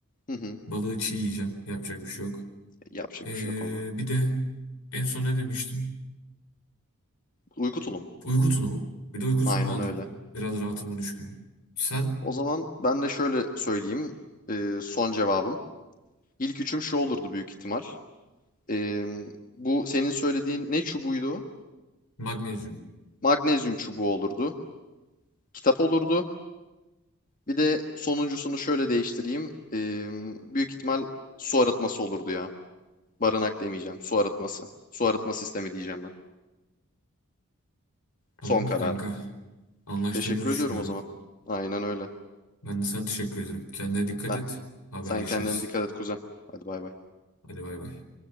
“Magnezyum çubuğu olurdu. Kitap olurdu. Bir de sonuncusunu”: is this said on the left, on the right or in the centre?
Left